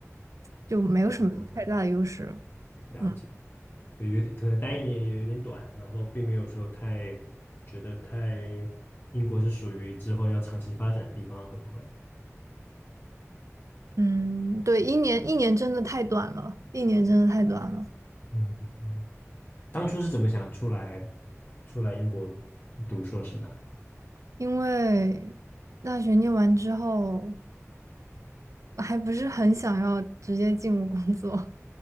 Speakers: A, on the right; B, on the left.
A: 就没有什么太大的优势。
B: 哦，了解。
A: 嗯
B: 对，有点可能待一年也有点短，然后并没有说太觉得太英国是属于之后要长期发展的地方，会不会？
A: 嗯，对，一年一年真的太短了，一年真的太短了，
B: 嗯嗯，当初是怎么想出来出来英国读硕士的啊
A: 因为大学念完之后，还不是很想要直接进入工作。